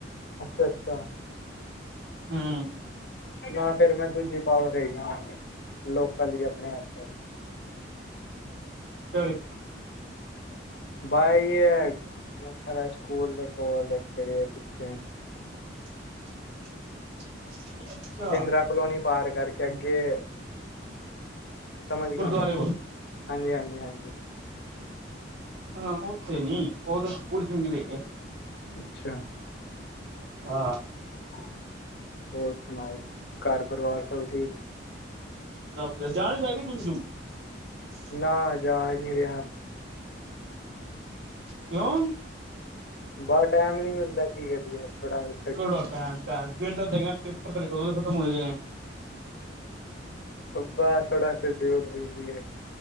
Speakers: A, on the left; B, on the right.
A: ਅੱਛਾ- ਅੱਛਾ
B: ਹਾਂ
A: ਨਾ ਫਿਰ ਮੈਂ ਦੂਜੀ ਪਾਵਰ ਰਹਿ ਗਿਆ <unintelligible> ਲੋਕਾਂ ਲਈ ਆਪਣੇ ਅੰਦਰ
B: <unintelligible>
A: ਬਾਈ ਐ <unintelligible> ਸਕੂਲ <unintelligible> ਪਿੱਛੇ
B: <inaudible> ਅੱਛਾ
A: ਇੰਦਰਾ ਕਲੋਨੀ ਪਾਰ ਕਰਕੇ ਅੱਗੇ ਸਮਝ ਗਏ
B: ਗੁਰਦੁਆਰੇ
A: ਹੋਣੇ ਓ
B: ਕੋਲ
A: ਹਾਂਜੀ- ਹਾਂਜੀ- ਹਾਂਜੀ।
B: ਹਾਂ ਉੱਥੇ ਨੀ ਉਹ ਤਾਂ ਬੁੜੀ ਚੰਗੀ ਲਈ ਏ
A: ਅੱਛਾ।
B: ਆ
A: ਹੋਰ ਸੁਣਾਓ ਘਰ ਪਰਿਵਾਰ ਸਭ ਠੀਕ
B: <unintelligible> ਜਾਣ ਈ ਲੈ ਲਈ <unintelligible>
A: ਨਾ ਜਾ ਨੀ ਰਿਹਾ।
B: ਕਿਉਂ।
A: ਬਸ ਟਾਈਮ ਨੀ ਮਿਲਦਾ ਕੀ ਕਰੀਏ। ਥੋੜਾ ਜਾ
B: ਕਿਹੜਾ ਟਾਇਮ- ਟਾਇਮ ਵਿਹਲਾ ਤੇ ਹੈਗਾ ਪੇਪਰ ਤੇਰੇ ਕਦੋਂ ਦੇ ਖਤਮ ਹੋ ਜਾਣੇ ਆ
A: ਬਾਬਾ ਥੋੜਾ ਸ਼ਡਿਊਲ ਬਿਜੀ ਐ